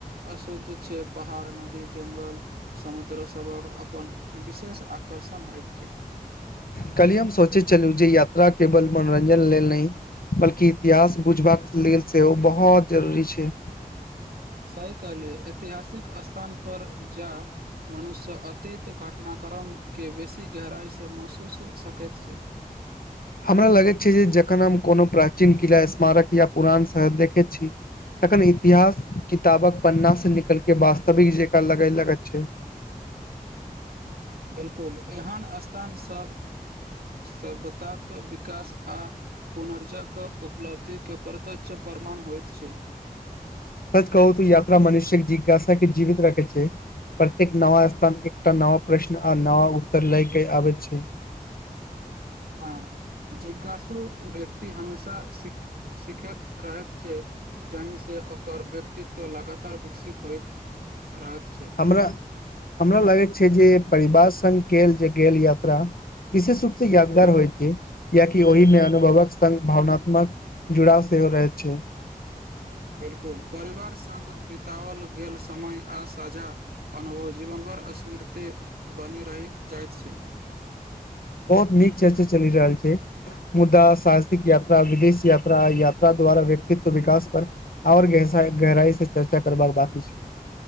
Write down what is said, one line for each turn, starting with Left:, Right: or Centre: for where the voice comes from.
Right: अशुद्ध छै पहाड़ नदी जंगल समुद्र सबक अपन विशेष आकर्षण होयत छै।
Left: काल्हि हम सोचैत छलहुं जेे या यात्रा केवल मनोरंजन लेल नहि बल्कि इतिहास बुझबाक लेल सेहो बहुत जरूरी छै।
Right: सही कहलियै ऐतिहासिक स्थान पर जा मनुष्य अतीत घटनाक्रमके बेसी गहराइसे महसुस सकैत छै।
Left: हमरा लगैत छै जे जखन हम कोनो प्राचीन किला, स्मारक या पुरान शहर देखैत छी तखन इतिहास किताबक पन्नासँ निकल के वास्तविक जेकां लागय लगैत छै।
Right: बिलकुल एहन स्थानसभ सभ्यताक विकास आ पुनर्जक उपलब्धिके प्रत्यक्ष प्रमाण होइत छै।
Left: सच कहु त यात्रा मनुष्यक जिज्ञासा के जीवित रखै छै, प्रत्येक नव स्थान एकटा नव प्रश्न आ नव उत्तर लय के आबै छै।
Right: हां, जिज्ञासु व्यक्ति हमेशा सि सीखैत रहैत छै जाहिसे ओकर व्यक्तित्व लगातार विकसित होइत रहैत छै
Left: हमरा, हमरा लागैत छै जे परिवार संग कयल गेल यात्रा विशेष रूप से यादगार होइ छै कियाकि ओहिमे अनुभवक संग भावनात्मक जुड़ाव सेहो रहैत छै।
Right: बिलकुल, परिवार संग बिताओल गेल समय आ साझा अनुभव जीवनभर स्मृति बनी रहि जाइत छै।
Left: बहुत नीक चर्चा चलि रहल छै, मुदा साहसिक यात्रा विदेश यात्रा यात्रा द्वारा व्यक्तित्व विकास पर आओर गहरा गहराई से चर्चा करबाक बाकी छै।